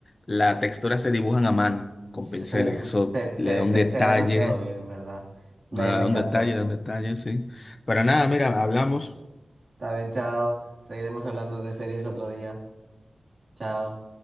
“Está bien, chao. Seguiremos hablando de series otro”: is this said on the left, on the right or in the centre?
Right